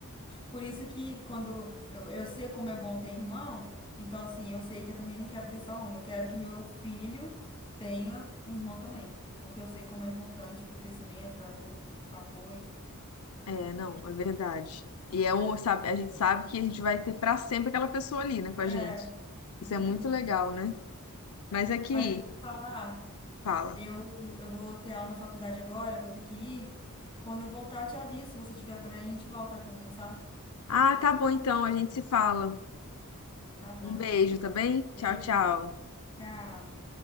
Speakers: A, on the left (about 25°); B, on the left (about 75°).
A: Por isso que quando eu, eu sei como é bom ter irmão, então assim, eu sei que eu também não quero ter só um. Eu quero que meu filho tenha um irmão também. Porque eu sei como é importante para o crescimento, para tudo, para apoio,
B: É, não,
A: entendeu?
B: é verdade. E é um, sabe, a gente sabe que a gente vai ter pra sempre aquela pessoa ali, né, com a
A: É,
B: gente. Isso
A: literalmente.
B: é muito legal, né? Mas aqui,
A: Mas deixa eu te falar.
B: fala.
A: Eu, eu vou ter aula na faculdade agora, eu vou ter que ir. Quando eu voltar, eu te aviso. Se você estiver por aí, a gente volta a conversar.
B: Ah, tá bom então, a gente se fala.
A: Tá bom.
B: Um beijo, tá bem?
A: Beijo.
B: Tchau, tchau.
A: Tchau.